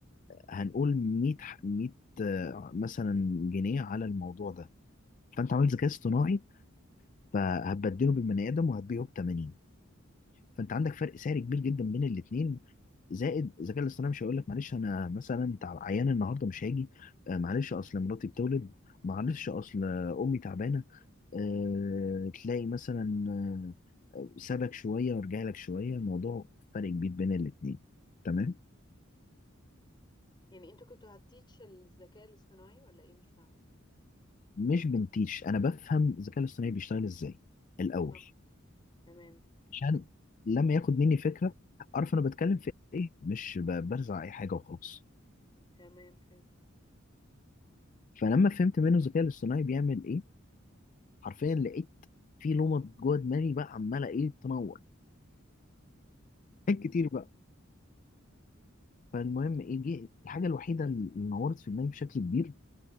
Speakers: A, on the left; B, on the left.
A: هنقول 100 100 آه، مثلا جنيه على الموضوع ده فانت عملت ذكاء اصطناعي فهتبدله بالبني ادم وهتبيعه ب 80 فانت عندك فرق سعر كبير جدا بين الاثنين زائد الذكاء الاصطناعي مش هيقول لك معلش انا مثلا تع- عيان النهارده مش هاجي آه، معلش اصل مراتي بتولد معلش اصل آه، امي تعبانه آه، تلاقي مثلا آه، سابك شويه ورجع لك شويه الموضوع فرق كبير بين الاثنين تمام
B: <laughs> يعني انتوا كنتوا هتتيتش الذكاء الاصطناعي ولا ايه مش فاهمة
A: مش بنتيش انا بفهم الذكاء الاصطناعي بيشتغل ازاي الاول
B: اه تمام
A: عشان لما ياخد مني فكره اعرف انا بتكلم في ايه مش ب- برزع اي حاجه وخلاص
B: تمام حلو
A: فلما فهمت منه الذكاء الاصطناعي بيعمل ايه حرفيا لقيت في لومه جوه دماغي بقى عماله ايه تنور
B: مم.
A: حاجات كتير بقى فالمهم ايه جه الحاجه الوحيده اللي نورت في دماغي بشكل كبير